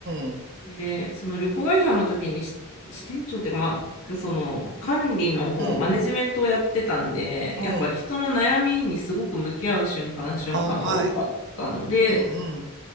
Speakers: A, on the right; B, on the left.
A: んうん。
B: で、その旅行会社の時にし支店長っていうか、まあ、その管理の方、
A: うん
B: マネジメントをやってたんで、
A: うん。
B: やっぱ人の悩みにすごく向き合う瞬間、瞬間が多かったので、
A: あ、はい。うんうん。
B: そ、